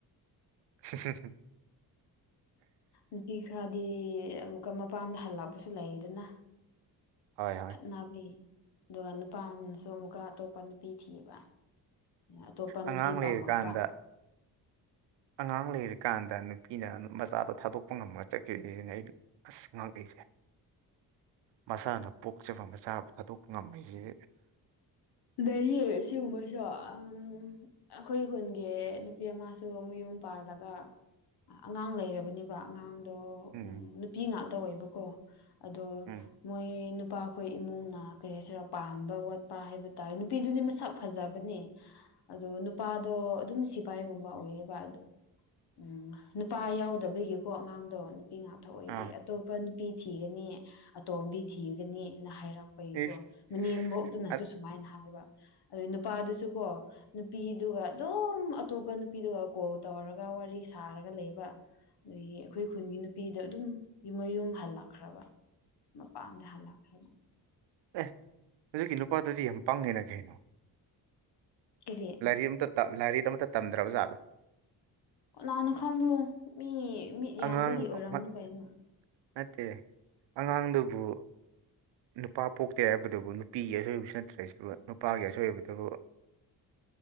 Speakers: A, on the right; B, on the left.
A: ꯎꯝꯝ
B: ꯅꯨꯡꯇꯤ ꯈꯔꯗꯤ ꯑꯃꯨꯛꯀ ꯃꯄꯥꯝꯗ ꯍꯜꯂꯛꯄꯁꯨ ꯂꯩꯗꯅ
A: ꯍꯣꯏ ꯍꯣꯏ
B: ꯅꯥꯕꯤ ꯑꯗꯨꯒ ꯅꯨꯄꯥꯅꯁꯨ ꯑꯃꯨꯛꯀ ꯑꯇꯣꯞꯄ ꯅꯨꯄꯤ ꯊꯤꯕ ꯑꯇꯣꯞꯄ ꯅꯨꯄꯤ
A: ꯑꯉꯥꯡ
B: ꯄꯥꯝꯃꯛꯄ
A: ꯂꯩꯔꯤꯀꯥꯟꯗ ꯑꯉꯥꯡ ꯂꯩꯔꯤꯀꯥꯟꯗ ꯅꯨꯄꯤꯅ ꯃꯆꯥꯗ ꯊꯥꯗꯣꯛꯄ ꯉꯝꯃꯒ ꯆꯠꯈꯤꯕꯅꯦꯁꯤꯅ ꯑꯩ ꯑꯁ ꯃꯥꯒꯩꯁ ꯃꯁꯥꯅ ꯄꯣꯛꯆꯕ ꯃꯆꯥ ꯊꯥꯗꯣꯛꯄ ꯉꯝꯃꯤꯁꯦ
B: ꯂꯩ ꯁꯤꯒꯨꯝꯕꯁꯨ ꯎꯝ ꯑꯩꯈꯣꯏ ꯈꯨꯟꯒꯤ ꯅꯨꯄꯤ ꯑꯃꯁꯁꯨ ꯃꯌꯨꯝ ꯄꯥꯜꯂꯒ ꯑꯉꯥꯡ ꯂꯩꯔꯕꯅꯦꯕ ꯑꯉꯥꯡ ꯑꯗꯣ
A: ꯎꯝ
B: ꯎ ꯅꯨꯄꯤ ꯉꯥꯛꯇ ꯑꯣꯏꯦꯕꯀꯣ ꯑꯗꯣ
A: ꯎꯝ
B: ꯃꯣꯏ ꯅꯨꯄꯥꯈꯣꯏ ꯏꯃꯨꯡꯅ ꯀꯔꯤ ꯍꯥꯏꯁꯤꯔ ꯄꯥꯝꯕ ꯋꯥꯠꯄ ꯍꯥꯏꯕ ꯍꯥꯏꯔꯦ ꯅꯨꯄꯤꯗꯨꯗꯤ ꯃꯁꯛ ꯐꯖꯕꯅꯦ ꯑꯗꯣ ꯅꯨꯄꯥꯗꯣ ꯑꯗꯨꯝ ꯁꯤꯐꯥꯏꯒꯨꯝꯕ ꯑꯣꯏꯌꯦꯕ ꯎꯝ ꯅꯨꯄꯥ ꯌꯥꯎꯗꯕꯒꯤꯀꯣ ꯑꯉꯥꯡꯗꯣ ꯅꯨꯄꯤ ꯉꯥꯛ ꯑꯣꯏꯕꯩ
A: ꯑꯥ
B: ꯑꯇꯣꯞꯄ ꯅꯨꯄꯤ ꯊꯤꯒꯅꯤ ꯑꯇꯣꯝꯕꯤ ꯊꯤꯒꯅꯤꯅ ꯍꯥꯏꯔꯛꯄꯒꯤꯀꯣ
A: ꯏꯁ
B: ꯃꯅꯦꯝꯕꯣꯛꯇꯨꯅꯁꯨ
A: ꯑ-
B: ꯁꯨꯃꯥꯏꯅ ꯍꯥꯏꯕ ꯑꯗꯨ ꯅꯨꯄꯥꯗꯨꯁꯨ ꯀꯣ ꯅꯨꯄꯤꯗꯨꯒ ꯑꯗꯨꯝ ꯑꯇꯣꯞꯄ ꯅꯨꯄꯤꯗꯨꯒ ꯀꯣꯜ ꯇꯧꯔꯒ ꯋꯥꯔꯤ ꯁꯥꯔꯒ ꯂꯩꯕ ꯑꯗꯒꯤ ꯑꯩꯈꯣꯏ ꯈꯨꯟꯒꯤ ꯅꯨꯄꯤꯗ ꯑꯗꯨꯝ ꯌꯨꯝ ꯃꯌꯨꯝ ꯍꯜꯂꯛꯈ꯭ꯔꯕ ꯃꯄꯥꯟꯗ ꯍꯜꯂꯛꯈ꯭ꯔꯕ
A: ꯑꯦ ꯍꯧꯖꯤꯛꯀꯤ ꯅꯨꯄꯥꯗꯨꯗꯤ ꯌꯥꯝ ꯄꯥꯡꯉꯦꯅ ꯀꯩꯅꯣ
B: ꯀꯔꯤ
A: ꯂꯥꯏꯔꯤ ꯑꯃꯝꯇ ꯂꯥꯏꯔꯤꯛ ꯑꯃꯇ ꯇꯝꯗ꯭ꯔꯕ ꯑꯣꯖꯥꯠꯗꯣ
B: ꯀꯅꯥꯅ ꯈꯪꯕ꯭ꯔꯣ ꯃꯤ ꯃꯤꯠ ꯌꯥꯝꯕꯒꯤ
A: ꯑꯉꯥꯡ
B: ꯑꯣꯏꯔꯝꯅꯤ
A: ꯑꯃ-
B: ꯀꯩꯅꯣ
A: ꯅꯠꯇꯦ ꯑꯉꯥꯡꯗꯨꯕꯨ ꯅꯨꯄꯥ ꯄꯣꯛꯇꯦ ꯍꯥꯏꯕꯗꯨꯕꯨ ꯅꯨꯄꯤꯒꯤ ꯑꯁꯣꯏꯕꯁꯨ ꯅꯠꯇ꯭ꯔꯁꯨꯕꯨ ꯅꯨꯄꯥꯒꯤ ꯑꯁꯣꯏꯕꯗꯨꯕꯨ